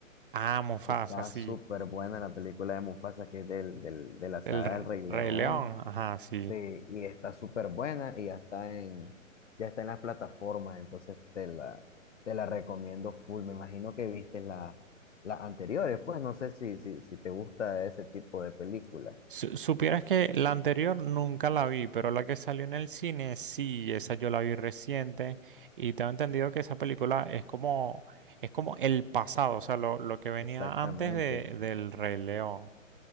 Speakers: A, on the right; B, on the left.
A: Ah, Mufasa,
B: que está
A: sí.
B: súper buena la película de Mufasa, que es del, del- de la saga
A: El R-
B: del Rey León.
A: Rey León, ajá, sí.
B: Sí, y está súper buena y ya está en, ya está en las plataformas, entonces te la, te la recomiendo full. Me imagino que viste la- las anteriores, pues no sé si, si, si te gusta ese tipo de película.
A: Su- Supieras que la anterior nunca la vi, pero la que salió en el cine sí, esa yo la vi reciente y tengo entendido que esa película es como, es como el pasado, o sea, lo, lo que venía
B: Exactamente,
A: antes de, del Rey León.